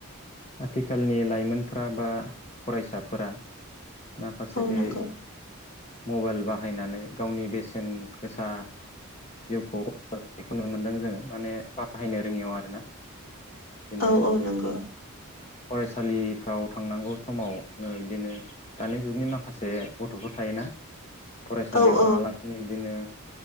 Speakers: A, on the left; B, on the left.
A: आथिखालनि लाइमोनफोरा बा फरायसाफोरा माखासे
B: औ
A: बे
B: नंगौ
A: मबाइल बाहायनानै गावनि बेसेन गोसा जिउखौनायखौ ननो मोन्दों जोङो माने बाहायनो रोङियाव आरोना। बिदिनो
B: औ औ नंगौ।
A: फरायसालिफ्राव थांनांगौ समाव ओ बिदिनो दानि जुगनि माखासे गथ'फोर थायोना फरायसालियाव
B: औ औ
A: थाङा ला बिसिनि बिदिनो